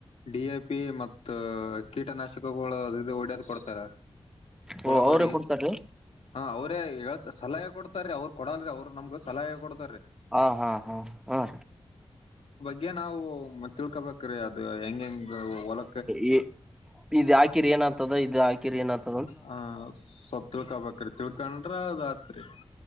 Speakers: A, on the left; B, in the centre.
A: ಡಿ ಎಫ ಪೇ ಮತ್ತ ಕೀಟನಾಶಕಗಳು ಇದು ಒಡ್ಯದ್ ಕೊಡ್ತಾರ
B: ಓ
A: ಒಳಗೋಡಿ
B: ಅವ್ರೇ ಕೊಡ್ತಾರೀ
A: ಹ ಅವತ್ತು ೇಳ್ ಸಲಹ ಕೊಡ್ತಾರೆ ಅವ್ರು ಕೊಡಲ್ರಿ ಅವ್ರು ನಮ್ಗೆ ಸಲಹೆ ಕೊಡ್ತ
B: ಹಾ ಹಾ ಹಾ ಹ್ಮ
A: ಗೆ ನಾವು ತಿಳ್ಕೊಬೇಕ್ರೀ ಅದು ಹೆಂಗ ಹೆಂಗ ಹೊಲ
B: ಇ ಇದು ಹಾಕಿರಿ ಏನಾಗ್ತದ ಇದು ಹಾಕಿ ಕ್ರರಿಯನ <unintelligible>
A: ಹ ಸ್ವಲ್ಪ ತಿಳ್ಕೊಬೇಕ್ರಿ ತಿಳ್ಕೊಂಡ್ರಾ ಅದು ಆಯ್ತ್ರಿ